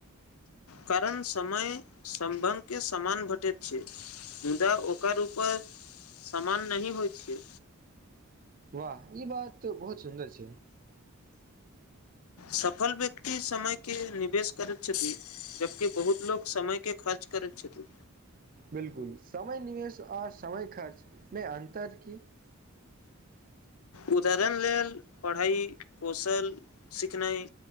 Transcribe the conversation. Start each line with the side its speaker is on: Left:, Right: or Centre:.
Left: कारण समय समभग के समान घेटैत छै, मुदा ओकर उूपर समान नहि ही होइ छै।
Right: वाह, ई बात बहुत सुन्दर छैय।
Left: सफल व्यक्ति समय के निवेश करैत छथि, जबकि बहुत लोकोग समय के खर्च। कर छति।
Right: बिलकुल समय निवेश, आर समय खर्च, मे अन्तर की?
Left: उदरण लेल पढ़ाई कौशल सिखनाइ